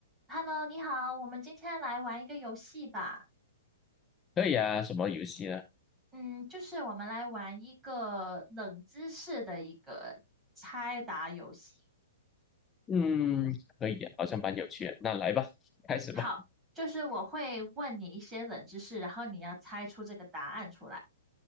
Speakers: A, on the right; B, on the left.
A: Hello，你好，我们今天来玩一个游戏吧。
B: 可以啊，什么游戏呢？
A: 嗯，就是我们来玩一个冷知识的一个猜答游戏。
B: 嗯，可以啊，好像蛮有趣的。那来吧，开始吧。
A: 好，就是我会问你一些冷知识，然后你要猜出这个答案出来。